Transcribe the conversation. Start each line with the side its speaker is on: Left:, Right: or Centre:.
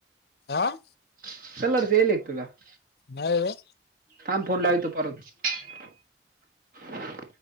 Left: हं
Right: <inaudible>
Left: नाही रे
Right: थांब फोन लावितो परत.